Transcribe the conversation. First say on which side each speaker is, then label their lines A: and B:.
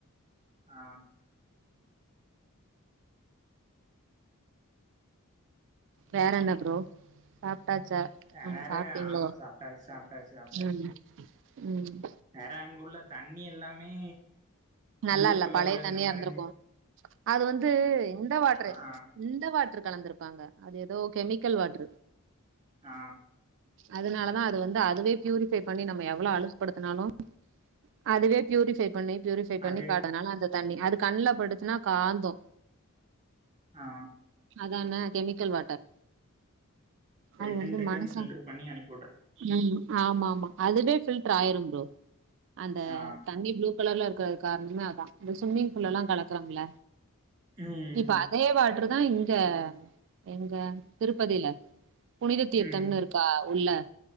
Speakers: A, on the right; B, on the right.
A: ஆ
B: வேற என்ன ப்ரோ சாப்ட்டாச்சா ஆமா
A: வேற
B: சாப்ட்டீங்களோ
A: ஆ சாப்ட்டாச் சாப்ட்டாச்சு சாப்ட்டாச்சு
B: ம் ம்
A: வேற அங்க உள்ள தண்ணி எல்லாமே
B: நல்லா
A: ப்ளூ
B: இல்ல
A: கலர்ல
B: பழைய
A: இந்த
B: தண்ணியா
A: மாரிஞ்சி
B: இருந்திருக்கு அது வந்து இந்த வாட்ரு
A: ஆ
B: இந்த வாட்ருக் கலந்திருப்பாங்க அது எதோ கெமிக்கல் வாட்ரு
A: ஆ
B: அதனாலதா அது வந்து அதுவே ப்யூரிஃபை பண்ணி நம்ம எவ்வள அழுக்குபடுத்துனாலு அதுவே ப்யூரிஃபை பண்ணி ப்யூரி ஃபை பண்ணி
A: அது
B: காட்டதுனால அந்த தண்ணி அது கண்ணுல பட்டுச்சுன்னா காந்தோ
A: ஆ
B: அதான கெமிக்கல் வாட்டர் அது
A: ரிட்டன்
B: வந்து
A: ரிட்டன்
B: மனசா
A: ஃபில்ட்ரு பண்ணி அனுப்
B: ம் ஆமா ஆமா அதுவே ஃபில்ட்ரு ஆயிரும் ப்ரோ அந்த
A: ஆ
B: தண்ணி ப்ளூ கலர்ல இருக் காரணமே அதா இந்த ஸ்விம்மிங் ஃபூல்ல எல்லா கலக்குறாங்கள
A: ம்
B: இப்ப அ தே வாட்ரு தா இங்க எங்க திருப்பதில புனித தீர்த்தம்னு
A: ம்
B: இருக் க்கா உள்ள